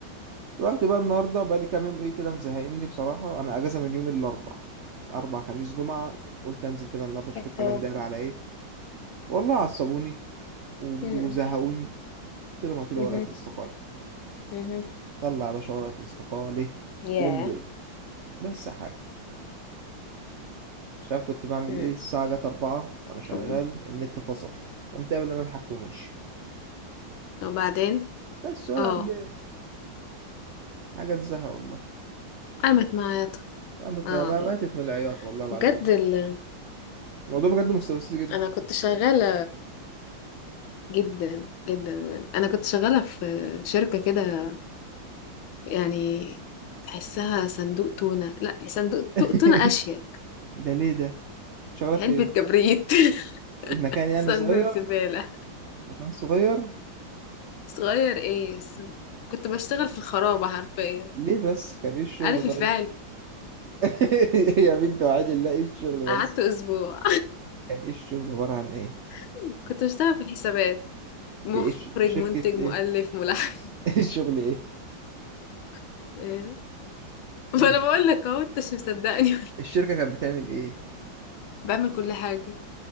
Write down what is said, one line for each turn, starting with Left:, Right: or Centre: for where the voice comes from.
Right: رحت بقى النهارده بقى لي كام يوم ايه كده مزهقني بصراحه انا اجازه من يوم الاربعاء اربع خميس جمعه قلت انزل كده النهارده اشوف الكلام
Left: اه
Right: داير على ايه والله عصبوني و-
Left: مم.
Right: وزهقوني قلت لهم هاتوا لي
Left: مهم.
Right: ورقه الاستقاله
Left: مهم.
Right: طلع يا باشا ورقه الاستقاله
Left: ياه
Right: وامضي بس يا حاج مش عارف كنت بعمل
Left: مم.
Right: ايه الساعة جت أربعة وأنا شغال
Left: طب-
Right: النت فصل قمت قبل ما حاجته وماشي
Left: وبعدين
Right: بس ولا
Left: اه
Right: قبل ايه حاجة تزهق والله
Left: قامت معايا ط-
Right: وقامت
Left: اه
Right: ما- ماتت
Left: والله
Right: من العياط والله العظيم
Left: بجد ال...
Right: الموضوع بجد مستفز جدا
Left: انا كنت شغالة جدا جدا بجد انا كنت شغاله في شركه كده يعني تحسها صندوق تونه لا صندوق
Right: <laughs>
Left: ت- تونه اشيك
Right: ده ليه ده شغالة في
Left: علبه
Right: ايه
Left: كبريت
Right: المكان
Left: <laughs>
Right: يعني
Left: صندوق
Right: صغير
Left: زباله
Right: مكان صغير
Left: صغير ايه ص- كنت بشتغل في الخرابه حرفيا
Right: ليه بس كان ايه الشغل
Left: عارف
Right: طيب
Left: الفعل
Right: <laughs> يا بنت وعاد الله ايه الشغل بس
Left: قعدت اسبوع
Right: كان ايه الشغل عبارة عن ايه
Left: <laughs> كنت بشتغل في الحسابات مخرج
Right: في ايه ش- شركة
Left: منتج مؤلف
Right: ايه
Left: ملحن
Right: <laughs> الشغل ايه
Left: <laughs> إيه؟ ما
Right: يعني
Left: انا
Right: الش-
Left: بقول لك اهو انت مش مصدقني
Right: الشركة كانت بتعمل ايه
Left: <laughs> بعمل كل حاجه